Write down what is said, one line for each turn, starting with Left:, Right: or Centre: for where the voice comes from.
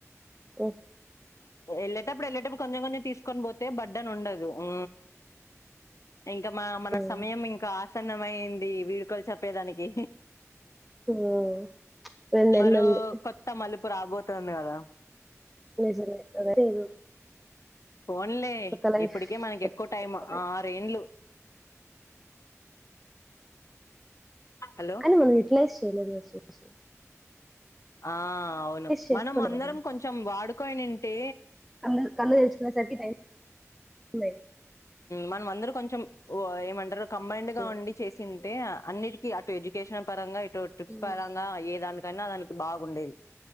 Centre: ఉ
Left: వెళ్ళేటప్పుడ్ వెళ్ళేటప్పుడ్ కొంచం కొంచం తీస్కొన్ బోతే బడ్డన్ ఉండదు ఊ ఇంకా మా మన
Centre: ఉమ్,
Left: సమయం ఇంకా ఆసన్నమయింది. వీడ్కోలు చెప్పేదానికి
Centre: ఉమ్. రెండు నెలలు
Left: మరో
Centre: ఉంది
Left: కొత్త మలుపు రాబోతోంది గదా
Centre: నిజమే <unintelligible>
Left: పోన్లే
Centre: కొత్త లైఫ్
Left: ఇప్పటికే మనకి
Centre: కొత్త
Left: ఎక్కువ టైం
Centre: కొత్త లైఫ్.
Left: ఆరేండ్లు హలో
Centre: కానీ మనం యూటిలైజ్ చేయలేదు అస్ అసలు
Left: ఆహ్ అవును
Centre: చేసుకోలే
Left: మనం అందరం
Centre: కదా
Left: కొంచెం వాడుకోయినుంటే
Centre: కళ్ళు కళ్ళు తెచ్చుకునే సరికి టైమైంది
Left: మనమందరూ కొంచెం వ ఏమంటరు కంబైండ్
Centre: ఉమ్
Left: గా ఉండి చేసింటే అన్నిటికీ అటు ఎడ్యుకేషన్ పరంగా ఇటు ట్రిప్స్
Centre: ఉమ్.
Left: పరంగా ఏ దానికైనా అదానికి బాగుండేది